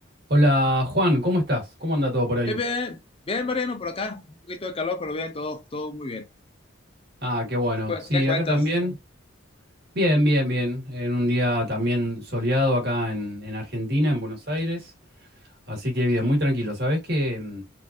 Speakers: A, on the right; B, on the left.
A: Hola Juan, ¿cómo estás? ¿Cómo anda todo por ahí?
B: Bien, bien, bien, Mariano, por acá. Un poquito de calor, pero bien, todo, todo muy bien.
A: Ah, qué bueno.
B: ¿Qué, cuen-
A: Sí,
B: qué cuentas?
A: acá también. Bien, bien, bien. En un día también soleado acá en, en Argentina, en Buenos Aires. Así que bien, muy tranquilo. Sabés que mm,